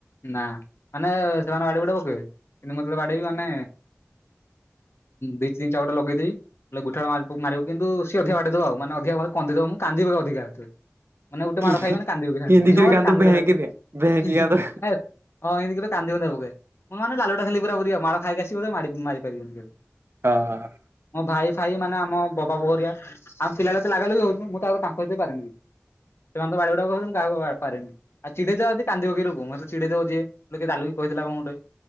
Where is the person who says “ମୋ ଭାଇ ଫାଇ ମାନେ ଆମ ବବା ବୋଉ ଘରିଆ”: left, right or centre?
Left